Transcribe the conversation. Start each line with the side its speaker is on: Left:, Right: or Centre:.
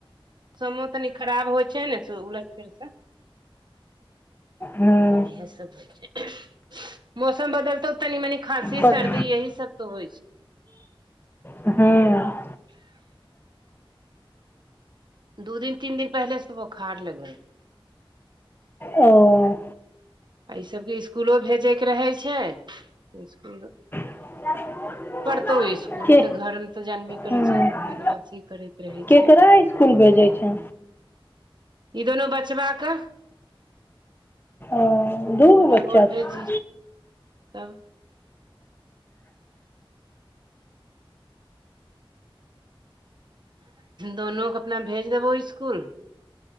Right: मौसमो तनी खराब होइ छै ने उलट फेर से
Left: हँ
Right: इएह सब होइ छै मौसम बदलतो तनी मनी खाँसी
Left: पक
Right: सर्दी यही सब तो होइ छै
Left: हँ
Right: दू दिन तीन दिन पहिले से बोखार लगल
Left: ओ
Right: आ ई सबके स्कूलो भेजेके रहे छै स्कूल ‌
Left: <unintelligible>
Right: कतहु स्कूल
Left: के
Right: नहि तऽ घर मे तऽ जानबे करै
Left: हँ
Right: छै खूब बदमाशी करैत रहै
Left: केकरा
Right: छै
Left: इसकुल भेजै छै
Right: ई दुनू बचबा कऽ
Left: ओ दू
Right: भोरे
Left: गो बच्चा
Right: भोर
Left: छै
Right: भेजी तब दुनू के अपना भेज देबौ स्कूल